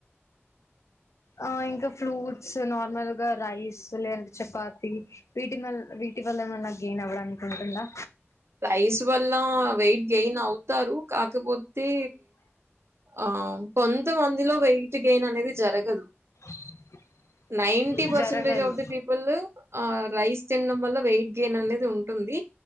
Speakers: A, on the left; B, on the right.
A: ఆ ఇంకా ఫ్రూట్స్ నార్మల్ గా రైస్ లేంట చపాతి వీటి మల్ వీటి వల్ల ఏమైనా గెన్ అవ్వడానికికుంటుందా
B: రైస్ వల్ల వెయిట్ గెన్ అవుతారు కాకపోతే ఆ కొంత మందిలో వెయిట్ గెయిన్ అనేది జరగదు
A: <inaudible>
B: నైంటి పర్సెంటేజ్
A: జరగదు
B: ఆఫ్ ది పీపుల్అ రైస్ తిన్నడం వల్ల వెయిట్ గెన్ అనేది ఉంటుంది